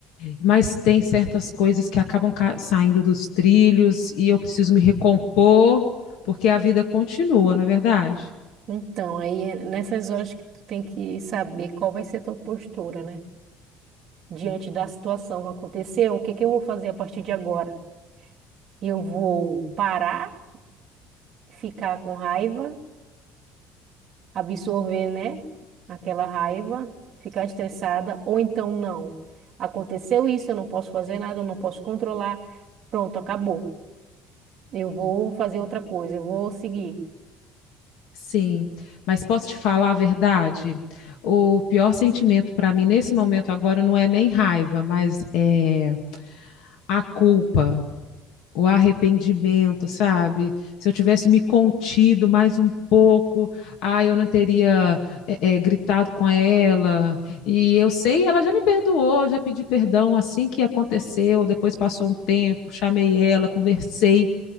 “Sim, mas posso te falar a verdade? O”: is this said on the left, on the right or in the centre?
Left